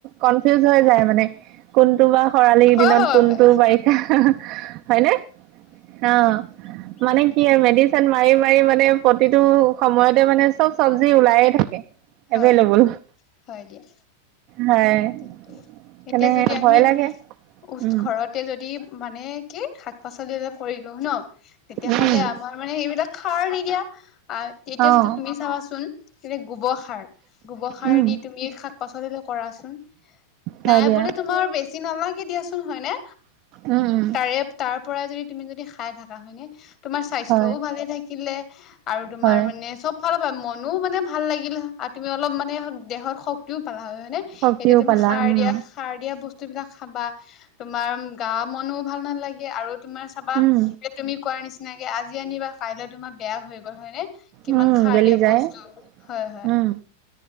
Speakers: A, on the right; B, on the left.
A: কনফিউজ হৈ যায় মানে কোনটো বা খৰালিৰ
B: হয়
A: দিনত
B: হয়
A: কোনটো
B: হয়
A: বাৰিষা হয়নে অ
B: উ <unintelligible>
A: মানে কি মেডিচিন মাৰি মাৰি মানে প্ৰতিটো সময়তে মানে চব চবজি ওলায়ে থাকে
B: হয়
A: এভেইলেবল
B: হয় দিয়া
A: হয়
B: তাকেই
A: সেইকাৰণে
B: এতিয়া যদি আমি
A: ভয় লাগে।
B: ওচ
A: উম,
B: ঘৰতে যদি মানে কি শাক পাচলি অলপ কৰি লও ন তেতিয়াহলে
A: উম,
B: আমাৰ মানে সেইবিলাক খাৰ নিদিয়া এতিয়া
A: অ',
B: তুমি চাবাচোন কি গোবৰ সাৰ গোবৰ সাৰ
A: উম,
B: দি তুমি শাক পাচলিলৈ কৰা চোন
A: হয়
B: নাই
A: দিয়া
B: বোলে তোমাৰ বেছি নালাগে দিয়াচোন হয় নে
A: উম, উম,
B: তাৰে তাৰ পৰাই যদি তুমি যদি খাই থাকা হয় নে তোমাৰ স্বাস্থ্যও
A: হয়।
B: ভালে থাকিলে আৰু তোমাৰ
A: হয়
B: মানে চব ফালৰ পৰা মনো মানে ভাল লাগিল হয় আৰু তুমি অলপ মানে দেহৰ শক্তিও পালা হয় হয়নে
A: শক্তিও
B: এতিয়া তুমি
A: পালা
B: সাৰ
A: উম,
B: দিয়া সাৰ দিয়া বস্তু বস্তু বিলাক খাবা তোমাৰ গা মনো ভাল নালাগে আৰু তোমাৰ চাবা এ
A: উম,
B: তুমি কোৱাৰ নিচিনাকে আজি আনিবা কাইলৈ তোমাৰ বেয়া হৈ গ'ল হয় নে কিমান
A: উম,
B: খাৰ
A: গেলি
B: দিয়া
A: যায়
B: বস্তু হয় হয়
A: উম।